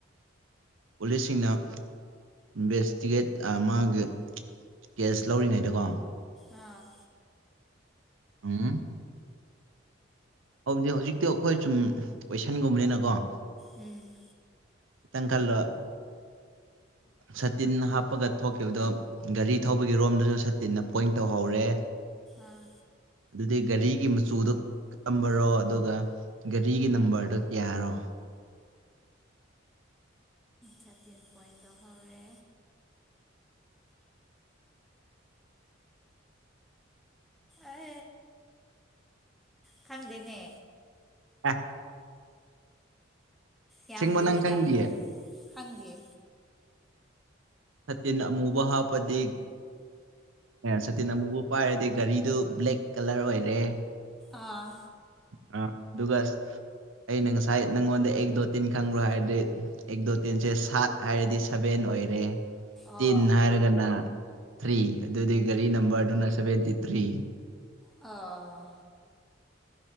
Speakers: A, on the right (about 80°); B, in the centre.
A: ꯄꯨꯂꯤꯁꯁꯤꯡꯅ ꯏꯟꯚꯦꯁꯇꯤꯒꯦꯠ ꯑ ꯃꯥꯒꯤ ꯀꯦꯁ ꯂꯧꯔꯤꯉꯩꯗꯀꯣ
B: ꯑꯥ
A: ꯎꯝ ꯍꯧꯗꯤ ꯍꯧꯖꯤꯛꯇꯤ ꯑꯩꯈꯣꯏ ꯁꯨꯝ ꯀꯣꯏꯁꯟꯒꯨꯝꯕꯅꯤꯅꯀꯣ
B: ꯎꯝ
A: ꯏ ꯇꯪ ꯀꯜꯂꯣ ꯁꯇꯤꯟ ꯍꯥꯞ ꯀꯞꯄꯒ ꯊꯣꯛꯈꯤꯕꯗꯣ ꯒꯥꯔꯤ ꯊꯧꯕꯒꯤ ꯔꯣꯝꯗꯨꯁꯨ ꯁꯇꯤꯟꯅ ꯄꯣꯏꯟ ꯇꯧꯍꯧꯔꯦ
B: ꯑꯥ
A: ꯑꯗꯨꯗꯤ ꯒꯥꯔꯤꯒꯤ ꯃꯆꯨꯗꯣ ꯀꯔꯝꯕꯔꯣ ꯑꯗꯨꯒ ꯒꯥꯔꯤꯒꯤ ꯅꯝꯕꯔꯗꯣ ꯀꯌꯥꯔꯣ
B: ꯁꯥꯇꯤꯟ ꯄꯣꯏꯟ ꯇꯧ ꯍꯧꯔꯦ ꯑꯦ ꯈꯪꯗꯦꯅꯦ
A: <unintelligible>
B: ꯌꯥꯝ
A: ꯑꯁꯦꯡꯕ
B: ꯂꯨꯏꯗ
A: ꯅꯪ ꯈꯪꯗꯤꯌꯦ
B: ꯈꯪꯗꯤꯌꯦ
A: ꯁꯥꯇꯤꯟ ꯑꯃꯨꯕ ꯍꯥꯞꯄꯗꯤ ꯑꯦ ꯁꯥꯇꯤꯟ ꯑꯃꯨꯕ ꯄꯥꯏꯔꯗꯤ ꯒꯥꯔꯤꯗꯨ ꯕ꯭ꯂꯦꯛ ꯀꯂꯔ ꯑꯣꯏꯔꯦ
B: ꯑꯥ
A: ꯑ ꯑꯗꯨꯒ ꯑꯩꯅ ꯉꯁꯥꯏ ꯅꯪꯉꯣꯟꯗ ꯑꯦꯛ ꯗꯣꯇꯤꯟ ꯈꯪꯕ꯭ꯔꯣ ꯍꯥꯏꯔꯗꯤ ꯑꯦꯛ ꯗꯣ ꯇꯤꯟꯁꯦ ꯁꯥꯠ ꯍꯥꯏꯔꯗꯤ ꯁꯚꯦꯟ ꯑꯣꯏꯔꯦ
B: ꯑꯣ
A: ꯇꯤꯟ ꯍꯥꯏꯔꯒ ꯅ ꯊ꯭ꯔꯤ ꯑꯗꯨꯗꯤ ꯒꯥꯔꯤ ꯅꯝꯕꯔꯗꯨꯅ ꯁꯚꯦꯟꯇꯤ ꯊ꯭ꯔꯤ
B: ꯑ